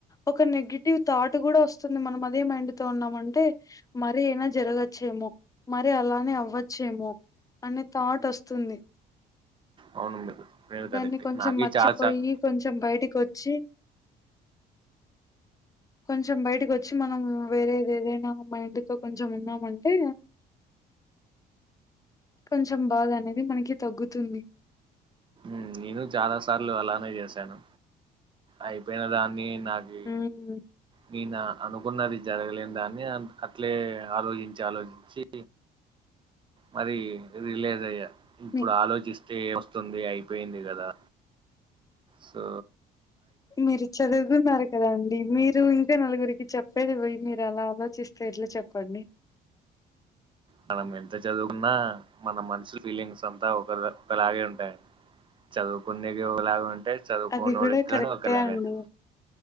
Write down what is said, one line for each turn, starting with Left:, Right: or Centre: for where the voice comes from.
Left: ఒక నెగిటివ్ థాట్ కూడా వస్తుంది. మనం అదే మైండ్ తో ఉన్నామంటే మరి అయినా జరగచ్చేమో, మరి అలానే అవ్వచ్చేమో, అనే థాట్ వస్తుంద్. వస్తుంది
Right: అవును మీరు మీరు కరెక్టే
Left: దాన్ని కొంచెం
Right: నాకి
Left: మర్చిపోయి
Right: చాలా సార్
Left: కొంచెం బయటికొచ్చి కొంచెం బయటకి వచ్చి మనం వేరేది ఏదైన మైండ్ తొ కొంచెం ఉన్నామంటే కొంచెం బాధ అనే ఇది మనకి తగ్గుతుంది
Right: ఉమ్ నేను చాలా సార్లు అలానే చేశాను అయిపోయిన దాన్ని నాకె
Left: ఉమ్,
Right: ననా అనుకున్నది జరగలేన్దాన్ని అ అట్లే ఆలోచించి ఆలోచించి మరి ఇది లేదయ్యా ఇప్పుడు
Left: మీ
Right: ఆలోచిస్తే వ గుర్తుంది అయిపోయింది కదా సొ
Left: మీరు చదువుకున్నార కదండి మీరు ఇంకా నలుగురికి చెప్పేది పోయి మీరలా ఆలోచిస్తే ఎట్లా చెప్పండి
Right: మనం ఎంత చదువుకున్నా మన మనషుల ఫీలింగ్స్ అంతా ఒకలాగే ఉంటాయండి చదువుకునే ఇగోలాగుంటాయి చదువుకొని
Left: అది కూడా కరెక్టే
Right: గోడు ఒక్క లాగంటే
Left: అండి